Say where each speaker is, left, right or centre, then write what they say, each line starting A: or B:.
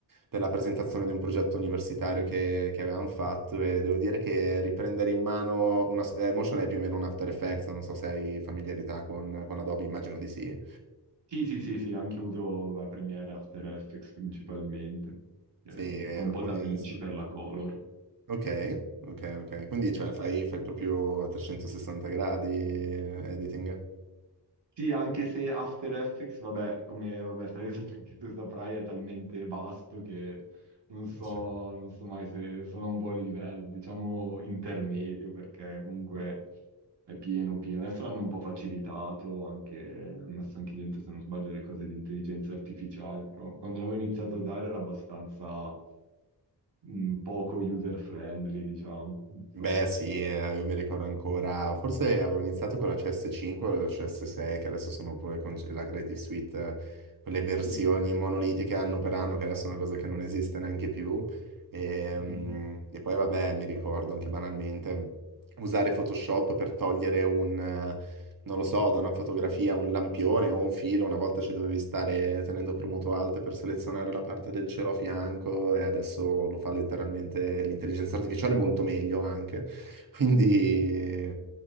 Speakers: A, on the right; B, on the right.
A: per la presentazione di un progetto universitario che, che avevamo fatto e devo dire che riprendere in mano una, eh, Motion è più o meno un After Effects, non so se hai familiarità con, con Adobe, immagino di sì.
B: Sì, sì, sì, sì, anche uso vabbè, Premiere After Effects principalmente. Eh,
A: Sì, eh,
B: poi un
A: vuol
B: po' da
A: dire,
B: Vinci
A: insomma.
B: per la color.
A: Ok,
B: Eh.
A: ok, ok. Quindi cioè, fai, fai proprio a 360 gradi editing?
B: Sì, anche se After Effects, vabbè, come vabbè, sai, <laughs> anche tu saprai, è talmente vasto che non so,
A: Eh sì.
B: non so mai se sono a un buon livello, diciamo intermedio, perché comunque è pieno, pieno. Adesso l'hanno un po' facilitato, anche, hanno messo anche dentro, se non sbaglio, le cose di intelligenza artificiale, però quando l'avevo iniziato a usare era abbastanza mh, poco user-friendly, diciamo, non
A: Beh
B: so.
A: sì, eh, io mi ricordo ancora, forse avevo iniziato con la CS5 o la CS6, che adesso sono pure con la Creative Suite, eh, quelle versioni
B: Sì.
A: monolitiche anno per anno, che adesso è una cosa che non esiste neanche più. E,
B: Mhm.
A: mm, e poi vabbè, mi ricordo anche banalmente, usare Photoshop per togliere un, eh, non lo so, da una fotografia, un lampione o un filo, una volta ci dovevi stare tenendo premuto alt per selezionare la parte del cielo a fianco e adesso lo fa letteralmente l'intelligenza artificiale molto meglio anche. <laughs> Quindi,